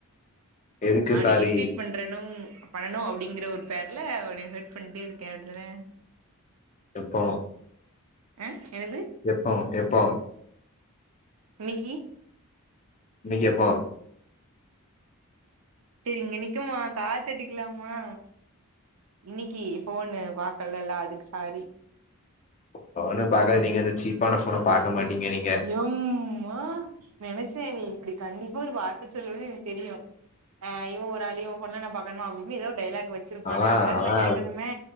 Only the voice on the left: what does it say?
எதுக்கு
சாரி
எப்போ
எப்போ எப்போ
இன்னைக்கு எப்போ
ஃபோணு பாக்க நீங்க அந்த சீப்பான ஃபோனை பாக்க மாட்டீங்க நீங்க
அதா
அதா